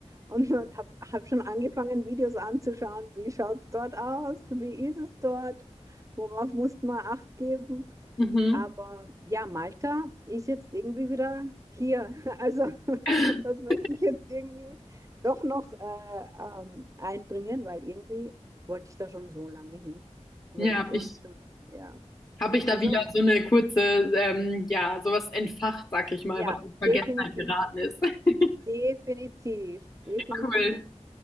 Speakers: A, on the right; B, on the left.
A: Und, <laughs> und habe hab hab schon angefangen, Videos anzuschauen, wie schaut es dort aus, wie ist es dort, worauf muss man Acht geben.
B: Mhm.
A: Aber ja, Malta ist jetzt irgendwie wieder hier. <laughs> Also <laughs>
B: <laughs>
A: das möchte ich jetzt irgendwie doch noch äh, ähm, einbringen, weil irgendwie wollte ich da schon so lange hin. Wollte
B: Ja,
A: echt
B: ich.
A: schon, ja.
B: habe ich da
A: Also
B: wieder so eine kurze, ähm, ja, sowas entfacht, sag ich mal,
A: ja,
B: was in Vergessenheit
A: definitiv.
B: geraten ist. <laughs>
A: Definitiv, definitiv.
B: Cool.